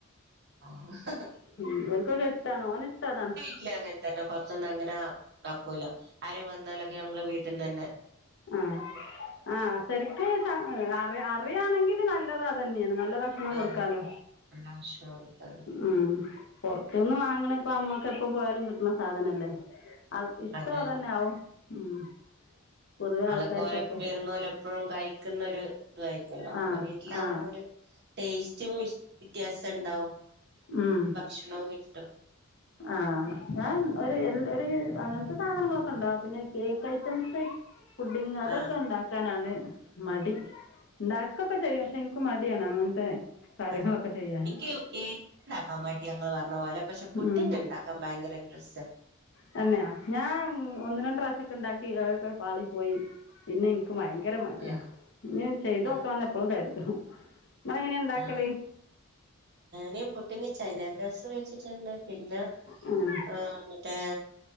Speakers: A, on the right; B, on the left.
A: ആ ഹ ഹ
B: ഉം ഇവർക്കൊക്കെ ഇഷ്ട്ടാണ് ഓന് ഇഷ്ട്ടം ആണോ
A: വീട്ടില് അങ്ങനെത്തന്നെ പൊറത്തുന്നങ്ങനെ ആ ആക്കൂല ആരും വന്നാലൊക്കെ ഞങ്ങള് വീട്ടീന്നന്നെ
B: ആഹ് ആഹ് സെരിക്ക് സ അറിയ അറിയാണങ്കില് നല്ലത് അതന്നെയാണ് നല്ല ഭഷ ക്ഷണം
A: ആഹ്
B: കൊടുക്കാലോ
A: എല്ലാം ഭക്ഷണം കൊടുക്കാലോ
B: ഉം പൊറത്തുന്ന് വാങ്ങണയിപ്പ അമ്മക്ക് എപ്പപോയാലും കിട്ട്ണ സാധനല്ലേ അ ഇഷ്ട്ടം
A: അതാണ്
B: അതന്നെയാവും ഉം പൊതുവെ
A: അതൊക്കെ
B: ആൾക്കാർക്കൊക്കെ
A: ഓലപ്പഴും ഇരുന്നോലെപ്പഴും കഴിക്ക്‌ന്ന ഒര് തായിരിക്കുവല്ലോ
B: ആ
A: ബ്ടെ വീട്ടിലാകുമ്പോ
B: ആ
A: ഒര് ടേസ്റ്റും വി വിത്യാസണ്ടാവും
B: ഉം
A: ഷ്ണോം കിട്ടും
B: ആഹ് ഞാൻ ഒര് എൽ ഒര് അങ്ങനത്തെ സാധനങ്ങളൊക്കെണ്ടാവ് പിന്നെ കേക്ക് ഐറ്റംസ് പുഡിങ് അതൊക്കെണ്ടാ
A: ആഹ്
B: ക്കാനാണ് മടി ണ്ടാക്കൊക്കെചെയ്യും പക്ഷെ ഇൻക്ക് മടിയാണ് അങ്ങനത്തെ കാര്യങ്ങളൊക്കെ
A: ആഹ്
B: ചെയ്യാൻ
A: ഇൻക്ക് കേക്ക്ണ്ടാക്കാൻ മടിയാ ഇങ്ങള് പറഞ്ഞപോലെ പക്ഷെ പുഡിങ്ങിണ്ടാ
B: ഉം
A: ക്കാ ഭയങ്കര ഇട്രസ്റ്റാ
B: തന്നെയാ ഞാൻ ഒന്ന് രണ്ട് പ്രാവശ്യക്കെണ്ടാക്കി അതൊക്കെ പാളിപോയി പിന്നെ ഇൻക്ക് ഭയങ്കര മടിയാ
A: ആഹ്
B: ഞ്ഞി ചെയ്തോക്കണംന്ന്
A: ആഹ്
B: എപ്പളും കരുതും നിങ്ങളെങ്ങനെയാ ഉണ്ടാക്കല്
A: ആഹ് ഞാന് പുഡിങ്ങ് ചൈനാഗ്രാസ് മേടിച്ചിട്ടൊണ്ട് പിന്നെ
B: ആ
A: ആഹ് മറ്റേ